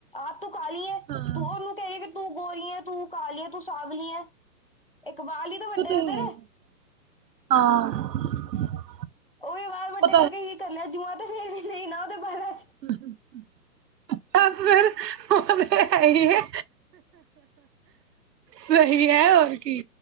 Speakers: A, on the left (about 40°); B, on the right (about 85°).
A: ਆਪ ਤੂੰ ਕਾਹਲੀ ਏ
B: ਹਾਂ
A: ਤੂੰ ਉਹਨੂੰ ਕੇਰੀ ਕਿ ਤੂੰ ਗੋਰੀ ਏ, ਤੂੰ ਕਾਲੀ ਏ, ਤੂੰ ਸਾਵਲੀ ਏ ਇੱਕ ਵਾਲ ਈ ਤੇ ਵੱਡੇ
B: ਉਹ
A: ਨੇ ਤੇਰੇ
B: ਹੈ ਹੀ ਹਾਂ।
A: ਉਹ ਈ ਵਾਲ ਵੱਡੇ
B: ਉਹ
A: ਕਰਕੇ ਕੀ ਕਰ ਲਿਆ, ਜੂਆਂ ਤੇ ਫੇਰ ਵੀ ਨਈ ਨਾ ਉਹਦੇ ਬਾਲਾਂ ਚ
B: ਹ ਹ ਹ ਤਾਂ ਫੇਰ ਉਹ ਤੇ ਹੈ ਈ ਏ। ਸਹੀ ਹੈ। ਹੋਰ ਕੀ।